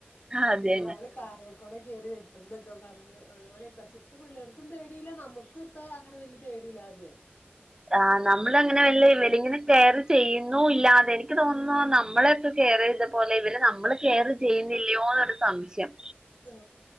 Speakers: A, on the right; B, on the left.
A: അതന്നെ
B: ഇടിവാള്. കാലെക്കൂടെ കേറി വെര്ത്തും എന്നൊക്കെ പറഞ്ഞു അതുപോലെ ക പക്ഷെ ഇപ്പ പിള്ളേർക്കും പേടിയില്ല നമ്മക്കും ഇപ്പ. അങ്ങനെ വല്ല്യ പേടിയില്ലാതെയായി.
A: ആഹ് നമ്മളങ്ങനെ വല്ല ഇവല്ങ്ങനെ കെയറ് ചെയ്യുന്നു ഇല്ലാതെ എനിക്ക് തോന്നുന്നു നമ്മളെക്കെ കെയറ്യ്ത. പോലെ ഇവര് നമ്മള് കെയറ് ചെയ്യുന്നില്ലയോന്നൊരു സംശയം.
B: ആഹ്.